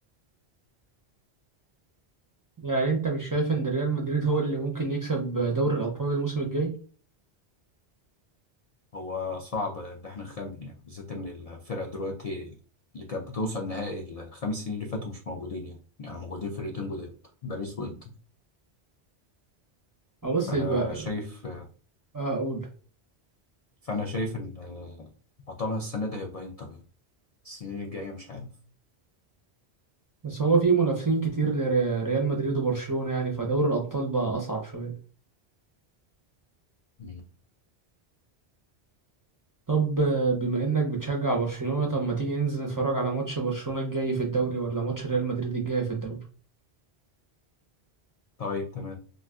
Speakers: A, on the right (about 25°); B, on the left (about 55°).
A: يعني انت مش شايف ان ريال مدريد هو اللي ممكن يكسب دوري الابطال الموسم الجاي
B: هو صعب ان احنا نخمن يعني بالذات ان الفرق دلوقتي اللي كانت بتوصل نهائي الخمس سنين اللي فاتوا مش موجودين يعني يعني موجودين فرقتين جداد باريس وانتر
A: او بس
B: فانا
A: يبقى
B: شايف
A: اه، اقول
B: فانا شايف ان بطلها السنه دي هيبقى انتر يعني. السنين الجايه مش عارف
A: بس هو في منافسين كتير لريال مدريد وبرشلونة يعني فدوري الابطال بقى اصعب شوية
B: مم.
A: طب آه، بما انك بتشجع برشلونة طب ما تيجي ننزل نتفرج على ماتش برشلونة الجاي في الدوري ولا ماتش ريال مدريد الجاي في الدوري
B: طيب تمام